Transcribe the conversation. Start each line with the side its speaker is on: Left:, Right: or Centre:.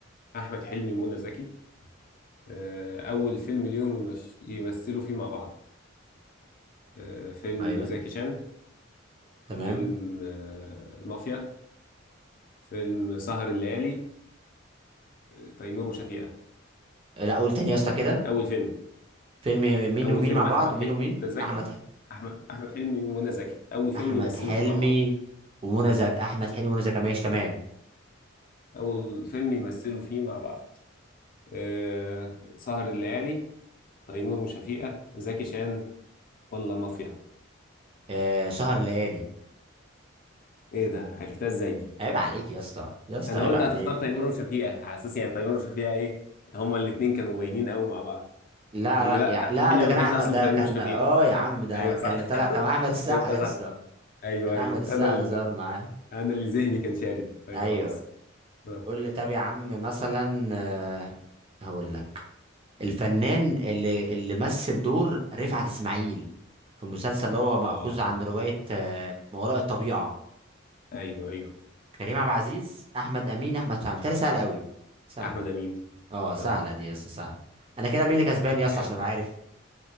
Left: احمد حلمي ومنى زكي آه، اول فيلم ليهم يمش... يمثلوا فيه مع بعض آه، فيلم
Right: ايوه
Left: زكي شان
Right: تمام
Left: فيلم آه، مافيا فيلم سهر الليالي آه، تيمور وشفيقة
Right: لا قول تاني يا اسطى كده
Left: اول فيلم
Right: فيلم مين
Left: اول
Right: ومين
Left: فيلم
Right: مع بعض
Left: احمد
Right: مين
Left: حلمي
Right: ومين
Left: ومنى زكي
Right: احمد حلمي
Left: احمد احمد حلمي ومنى زكي اول فيلم
Right: احمد
Left: يمثلوا
Right: حلمي
Left: فيه مع بعض
Right: ومنى زكي احمد حلمي ومنى زكي ماشي تمام
Left: اول فيلم يمثلوا فيه مع بعض أه... سهر الليالي تيمور وشفيقة زكي شان ولا مافيا
Right: آه سهر ليالي
Left: ايه ده عرفتها ازاي دي
Right: عيب عليك يا اسطى يا اسطى
Left: انا
Right: عيب
Left: قلت
Right: عليك
Left: هتختار تيمور وشفيقة على اساس يعني تيمور وشفيقة ايه هما الاتنين كانوا باينين قوي مع بعض
Right: لا
Left: ولا لا
Right: لا يا
Left: احمد
Right: لا
Left: حلمي
Right: ده
Left: ما
Right: كان
Left: كانش
Right: احمد
Left: اصلا
Right: ده
Left: في تيمور
Right: كان
Left: وشفيقة
Right: اه يا عم ده
Left: ايوه
Right: كان
Left: صح
Right: اللي
Left: <laughs>
Right: طلع كان احمد السقا
Left: انت
Right: يا
Left: صح
Right: اسطى
Left: ايوه
Right: كان
Left: ايوه
Right: احمد السقا
Left: انا ال...
Right: اللي ظهر معاه
Left: انا اللي ذهني كان شارد ايوه
Right: ايوه
Left: خلاص اه
Right: قول لي طب يا عم مثلا آه، هقول لك الفنان اللي اللي مثل دور رفعت اسماعيل في مسلسل اللي هو مأخوذ
Left: آه.
Right: عن رواية آه، ما وراء الطبيعة
Left: ايوه ايوه
Right: كريم عبد العزيز احمد امين احمد فهمي بتهيألي سهله قوي سهله
Left: احمد امين
Right: اه سهله
Left: اه
Right: دي يا اسطى سهله انا كده مين اللي كسبان يا اسطى
Left: ايوه
Right: عشان
Left: ده
Right: ابقى
Left: حقيقي.
Right: عارف